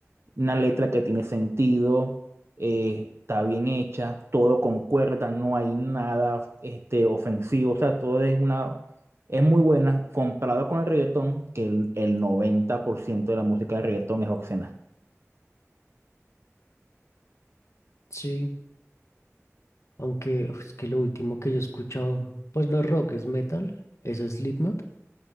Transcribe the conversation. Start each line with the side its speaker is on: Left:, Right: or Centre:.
Right: una letra que tiene sentido, eh, está bien hecha, todo concuerda, no hay nada este, ofensivo, o sea, todo es una, es muy buena comparado con el reggaetón, que el, el 90% de la música de reggaetón es obscena.
Left: Sí, aunque uf, es que lo último que yo he escuchado, pues no es rock, es metal, eso es Slipknot.